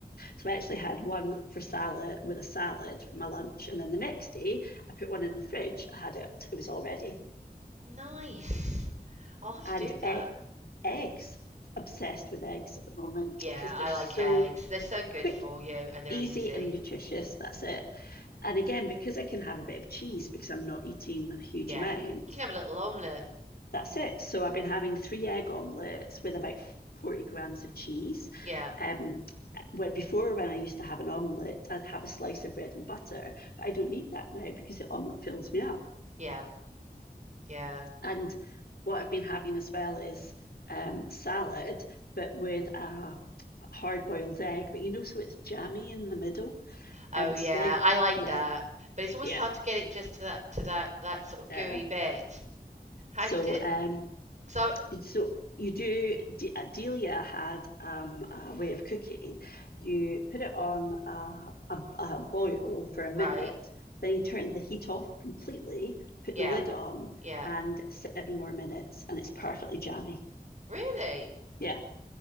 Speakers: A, on the left; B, on the right.
A: So I actually had one for salad with a salad for my lunch. And then the next day, I put one in the fridge. I had it, it was all ready.
B: Nice. I'll have to
A: And
B: do that.
A: e- eggs, obsessed with eggs at the moment
B: Yeah,
A: because they're
B: I
A: so
B: like eggs. They're so good
A: quick,
B: for you and they're
A: easy,
B: easy.
A: and nutritious. That's it. And again, because I can have a bit of cheese because I'm not eating a huge
B: Yeah.
A: amount,
B: You can have a little omelette.
A: That's it. So I've been having three egg omelets with about 40 grams of cheese.
B: Yeah.
A: Um, where before when I used to have an omelette, I'd have a slice of bread and butter, but I don't need that now because the omelette fills me up.
B: Yeah. Yeah.
A: And what I've been having as well is um, salad, but with a hard boiled egg. But you know, so it's jammy in the middle.
B: Oh
A: Um,
B: yeah,
A: slight,
B: I like
A: yeah,
B: that. But it's always
A: yeah.
B: hard to get it just to that to that that sort of
A: Uh,
B: gooey bit. How
A: so
B: do you do it?
A: um,
B: So,
A: So you do, De uh, Delia had um, a way of cooking. You put it on a, a, a boil for a minute,
B: right.
A: then you turn the heat off completely, put
B: Yeah,
A: the lid on,
B: yeah.
A: and seven more minutes, and it's perfectly jammy.
B: Really?
A: Yeah,